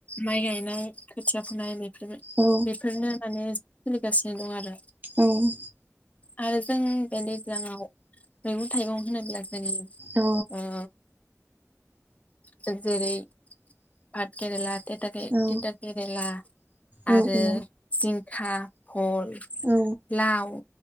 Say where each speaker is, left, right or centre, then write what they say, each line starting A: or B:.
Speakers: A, on the left; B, on the right.
A: माइ गायनाय खोथिया फुनाय
B: औ
A: बेफोरनो माने सोलिगासिनो दं आरो।
B: औ।
A: आरो जों बे दैज्लांआव मैगं थाइगं होनोब्ला <unintelligible>
B: औ
A: ओ जों जेरै भात केरेला तिटा
B: औ
A: केरेला
B: औ
A: आरो
B: औ
A: जिंखा भल
B: औ नंगौ औ
A: लाव